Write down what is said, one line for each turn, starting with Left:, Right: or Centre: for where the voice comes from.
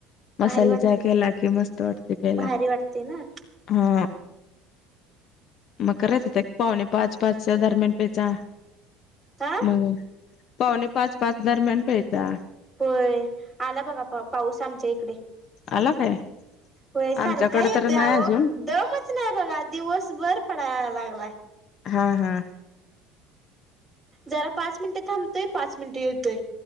Left: मसाले
Centre: भारी वाटते
Left: चहा केला कि मस्त वाटते पेला
Centre: भारी वाटते ना
Left: हा, मग करायच हो पाहणे पाच पाच, दरम्यान पेचा
Centre: हा
Left: मग, पावणे पाच पाच दरम्यान प्यायचा.
Centre: पय आला बघा पाऊस आमच्या ईक.
Left: अला काय.
Centre: होय सारख
Left: आमच्याकडे
Centre: येतोय
Left: तर नाही
Centre: अहो
Left: अजून
Centre: दमच नाही बघा दिवस भर पडायला लागला.
Left: हा हा.
Centre: जरा पाच मिनिटे थांबतोय पाच मिनिटे येतोय.